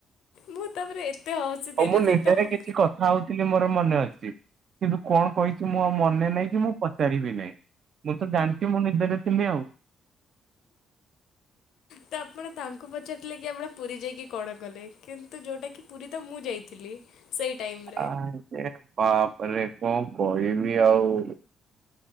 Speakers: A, on the left; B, on the right.
A: ମୁଁ ତାପରେ ଏତେ ହସିଥିଲି
B: ଆଉ ମୁଁ ନିଜରେ
A: ସେତ ମୁଁ
B: କିଛି କଥା। ଖାଉଥିଲି ମୋର ମନେ ଅଛି, କିନ୍ତୁ କଣ କହିଚି ମୁଁ ଆଉ ମନେ ନାହିଁ କି ମୁଁ। ପାରିବି ନାହିଁ, ମୁଁ ତ ଜାଣିଚି ମୁଁ ନିଦରେ ଥିଲି ଆଉ। <unintelligible>
A: ତ ଆପଣ ତାଙ୍କୁ ପଚାରିଥିଲେ କି ଆପଣ ପୁରୀ ଯାଇକି କଣ କଲେ? କିନ୍ତୁ ଯୋଉଟାକି ପୁରୀ ତ ମୁଁ ଯାଇଥିଲି। ସେଇ ଟାଇମ୍।
B: ଆରେ ବାପରେ କଣ କହିବି ଆଉ।